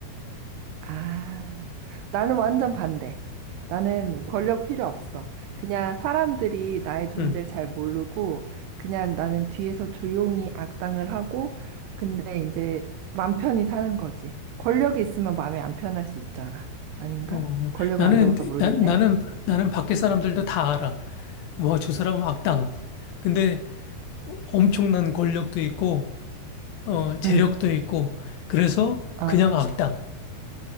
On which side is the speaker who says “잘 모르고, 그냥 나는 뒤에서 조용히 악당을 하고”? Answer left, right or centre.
Right